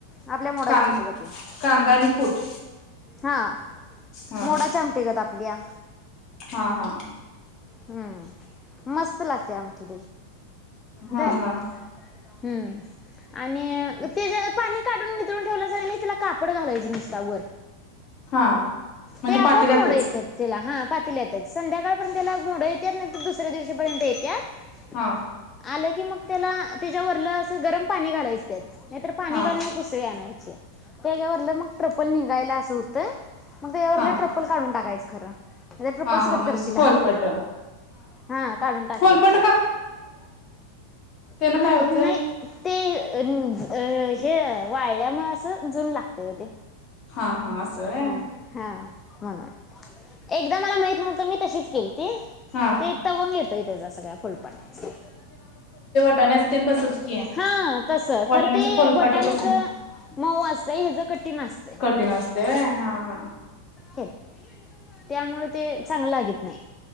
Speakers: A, on the left; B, on the left.
A: आपल्या मोडाच्या
B: कां
A: आमटी गतीनं
B: कांदा आणि कूट
A: हा.
B: हा
A: मोडा च्या आमटी गत आपल्या.
B: हा हा.
A: हम्म, मस्त लागते आमटी.
B: हा
A: दर
B: हा.
A: हम्म. आणि ते जे पाणी काढून नितळूण ठेवलंसा कणी तेला कापड घालायचं नुसता वर.
B: हा हा म्हणजे
A: ते आपोआप
B: पातेल्यातच
A: मोडं येत्यात तेला हा पाातेल्यात. संध्याकाळपर्यंत त्याला मोडं येत्यात, नाही तर दुसऱ्या दिवशीपर्यंत येत्यात
B: हा
A: आलं की मग. त्याला त्याच्यावररला असं गरम पाणी घालायच नाहीतर पाणी
B: हा
A: घालून उसळी आणायची. त्याच्यावरलं मग ट्रप्पल निघायला असं होतं मग त्याच्यावरलं
B: हा
A: ट्रप्पल काढून टाकायचं खरं. नाहीतर ट्रिपल
B: हा
A: सकट
B: हा म्हणजे
A: करचीला.
B: फोलपट
A: हा काढून टाकायचे.
B: फोलपट तेन
A: हम्म
B: काय होतंय.
A: नाही ते अ हे वाळल्यामुळे असं जुन लागतेय ओ ते.
B: हा हा असं होय
A: हम्म, हा. हा ना एकदा मला माहित नव्हत मी तशीच केली. ते
B: हा
A: ते तवंग येतोय त्याचा सगळ्या फुलपाटाचा.
B: वाटाण्याचं पण तसच की.
A: हा तस
B: वाटाण्याचं
A: खर ते
B: फोलपाट
A: बटाण्याच
B: कसं
A: मऊ असत हच कठीण असत
B: कठीण असतंय व्हय हा हा
A: हे त्यामुळे ते चांगलं लागत नाही